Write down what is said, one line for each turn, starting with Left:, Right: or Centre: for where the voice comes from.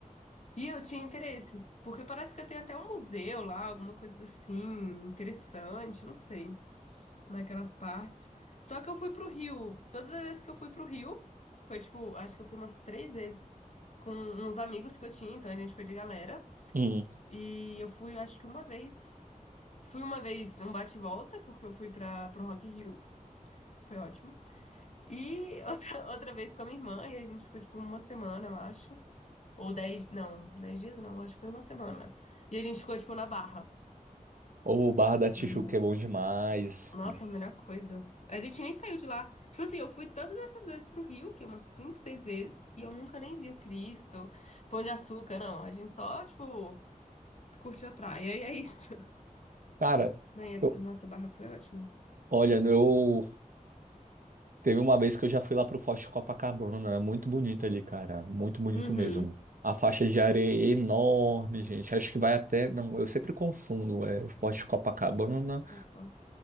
Left: E eu tinha interesse, porque parece que tem até um museu lá, alguma coisa assim, interessante, não sei, naquelas partes. Só que eu fui pro Rio, todas as vezes que eu fui pro Rio, foi tipo, acho que eu fui umas três vezes com uns amigos que eu tinha, então a gente foi de galera.
Right: Hum.
Left: E eu fui, acho que uma vez, fui uma vez um bate-volta, porque eu fui pra, pro Rock in Rio, foi ótimo. E outra, <laughs> outra vez com a minha irmã, e a gente ficou tipo uma semana, eu acho. Ou 10 não, 10 dias não, acho que foi uma semana. E a gente ficou, tipo, na Barra.
Right: O Barra da Tijuca
Left: E,
Right: é bom demais.
Left: nossa, a melhor coisa. A gente nem saiu de lá. Tipo assim, eu fui todas essas vezes pro Rio, que é umas 5 6 vezes, e eu nunca nem vi o Cristo, Pão de Açúcar, não. A gente só, tipo, curtiu a praia e é isso.
Right: Cara,
Left: Né, e a-
Right: eu-
Left: Nossa, a Barra foi ótima.
Right: olha, eu teve uma vez que eu já fui lá pro Forte de Copacabana. É muito bonito ali, cara. Muito bonito
Left: Uhum.
Right: mesmo. A faixa de areia é enorme, gente. Acho que vai até. Não, eu sempre confundo. É o Forte de Copacabana.
Left: Opa.